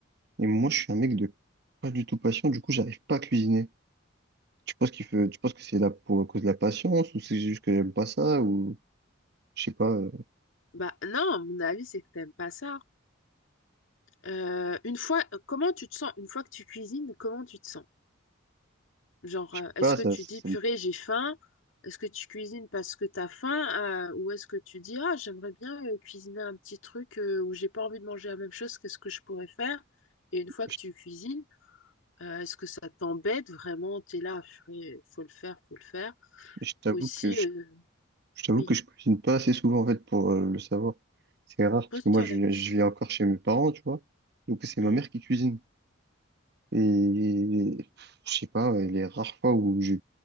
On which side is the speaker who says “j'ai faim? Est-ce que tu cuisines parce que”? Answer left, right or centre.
Left